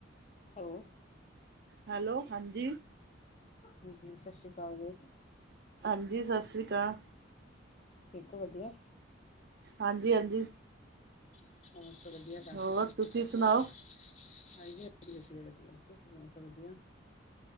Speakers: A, on the left; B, on the right.
A: <unintelligible>
B: Hello ਹਾਂਜੀ।
A: ਹਾਂਜੀ, ਸਸ਼੍ਰੀ ਕਾਲ ਜੀ।
B: ਹਾਂਜੀ, ਸਸ਼੍ਰੀ ਕਾਲ।
A: ਠੀਕ ਓ, ਵਦੀਆ?
B: ਹਾਂਜੀ-ਹਾਂਜੀ
A: ਬਾਸ ਵਦੀਆ, ਘਰ
B: ਹੋਰ
A: ਪਰਿਵਾਰ ਸਬ
B: ਤੁਸੀਂ
A: ਠੀਕ-ਠਾਕ?
B: ਸੁਣਾਓ
A: ਹਾਂਜੀ-ਹਾਂਜੀ, ਵਦੀਆ-ਵਦੀਆ, ਤੂਸੀ ਸੂਨਾਓ ਸਬ ਵਦੀਆ?